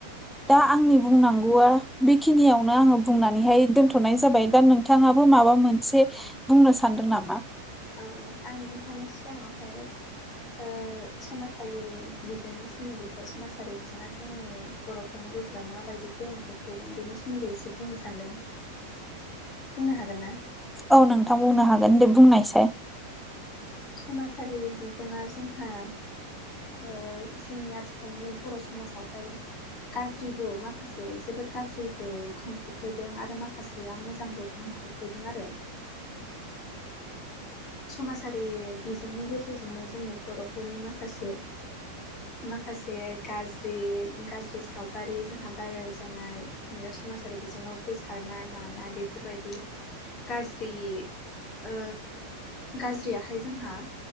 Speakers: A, in the centre; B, on the left.
A: दा आंनि बुंनांगौआ बेखिनियावनो आङो बुंनानैहाय दोनथ' थ'नाय जाबाय दा नोंथाङाबो माबा मोनसे बुंनो सानदों नामा?
B: औ आं नोंथांनि सिगाङावहाय समाजारि बिजोंनि सोमोन्दैहाय समाजारि बिजोङा जोंनि बर'फोरनि गेजेराव माबायदि गोहोम खो गोख्रैदों बेनि सोमोन्दै एसे बुंनो सान्दों बुंनो हागोन ना
A: औ नोंथां बुंनो हागोन दे बुंनायसै
B: समाजारि बिजोङा जोंहा ओ जोंनि आथिखालनि बर' समाजावहाय गाज्रिबो माखासे जोबोद गाज्रि ओ गोहोम खोख्लैदों आरो माखासे या मोजांबो गोहोम खोख्लैदों आरो समाजारि बिजोंनि गेजेरजोंनो जोंनि बर'फोरनि माखासे माखासे गाज्रि गाज्रि सावगारि जोंहा भाइरेल जानाय समाजारि बिजोङाव गोसारनाय मानाय बेफोरबायदि गाज्रि ओ गाज्रियाहाय जोंहा